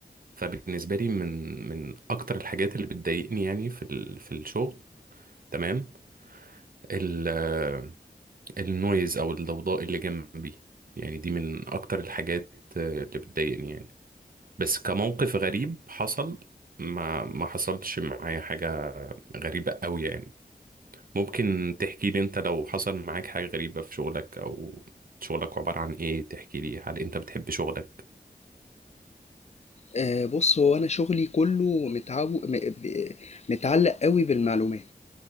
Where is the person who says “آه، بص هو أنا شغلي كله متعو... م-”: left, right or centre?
Left